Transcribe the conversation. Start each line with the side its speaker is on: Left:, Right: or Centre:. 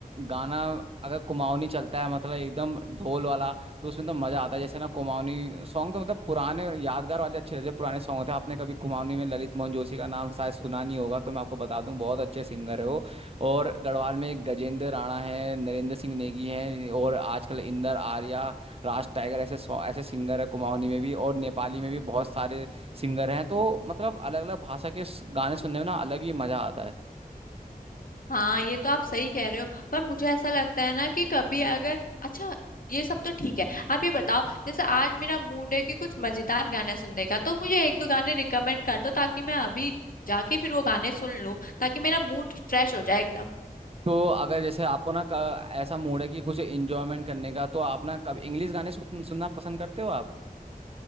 Right: गाना अगर कुमाऊनी चलता है मतलब एकदम ढोल वाला तो उसमें तो मजा आता है जैसे ना कुमाऊनी सॉन्ग तो मतलब पुराने यादगार वाले अच्छे रहते हैं पुराने सॉन्ग होते हैं आपने कभी कुमाऊनी में ललित मोहन जोशी का नाम शायद सुना नहीं होगा तो मैं आपको बता दूं बहुत अच्छे सिंगर है वो और गढ़वाल में एक गजेंद्र राणा है नरेंद्र सिंह नेगी है और आजकल इंदर आर्या राज टाइगर ऐसे सॉ- ऐसे सिंगर है कुमाऊनी में भी और नेपाली में भी बहुत सारे सिंगर हैं तो मतलब अलग अलग भाषा के गाने सुनने में ना अलग ही मजा आता है
Left: हाँ ये तो आप सही कह रहे हो पर मुझे ऐसा लगता है ना कि कभी अगर अच्छा ये सब तो ठीक है आप ये बताओ जैसे आज मेरा मूड है कि कुछ मजेदार गाने सुनने का तो मुझे एक दो गाने रिकमेंड कर दो ताकि मैं अभी जाके फिर वो गाने सुन लूं ताकि मेरा मूड फ्रेश हो जाए एकदम
Right: तो अगर जैसे आपको ना क- ऐसा मूड है कि कुछ इंजॉयमेंट करने का तो आप ना कब इंग्लिश गाने सुन, सुनना पसंद करते हो आप